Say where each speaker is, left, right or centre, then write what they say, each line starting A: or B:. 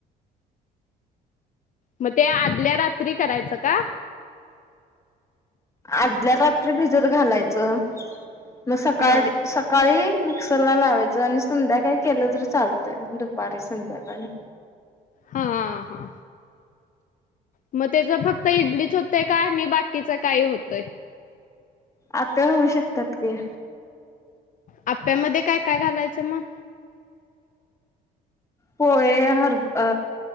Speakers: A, on the left; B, on the left.
A: मग ते आदल्या रात्री करायचं का?
B: आदल्या रात्री भिजत घालायचं मग सकाळी
A: हा
B: सकाळी मिक्सरमध्ये ला लावायचं आणि संध्याकाळी केलं तरी चालतंय दुपारी संध्याकाळी
A: हा हा हा. मग त्याच फक्त इडलीच होतय का आणि बाकीचं काही होतंय.
B: आपल्या होऊ शकतात की
A: आप्यामध्ये काय काय घालायचं मग
B: पोळे हर अ